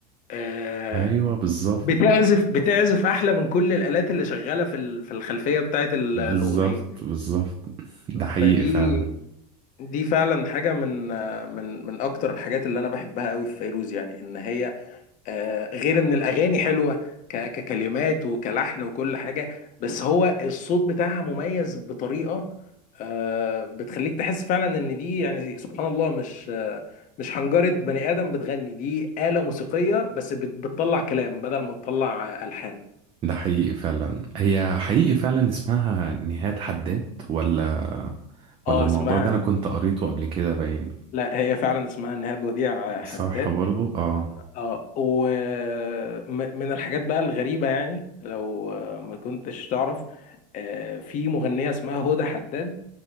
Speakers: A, on the left (about 40°); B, on the right (about 30°).
A: آه،
B: أيوه بالظبط
A: بتعزف بتعزف احلى من كل الآلات اللي شغاله في ال- في الخلفيه بتاعت ال-
B: بالظبط
A: الاغنيه
B: بالظبط ده حقيقي
A: فدي
B: فعلا
A: دي فعلا حاجه من آه، من من اكتر الحاجات اللي انا بحبها قوي في فيروز يعني ان هي آه، غير ان الاغاني حلوه ك- ككلمات وكلحن وكل حاجه بس هو الصوت بتاعها مميز بطريقه آه، بتخليك تحس فعلا ان دي يعني سبحان الله مش آه، مش حنجره بني ادم بتغني دي آلة موسيقيه بس بت- بتطلع كلام بدل ما تطلع آه، الحان
B: ده حقيقي فعلا هي حقيقي فعلا اسمها نهاد حداد ولا ولا
A: اه
B: الموضوع
A: اسمها
B: ده أنا كنت قريته قبل كده باين
A: لا هي فعلا اسمها نهاد وديع حداد
B: صح برضو اه
A: اه ومن الحاجات بقى الغريبه يعني لو آه، ما كنتش تعرف آه، في مغنيه اسمها هدى حداد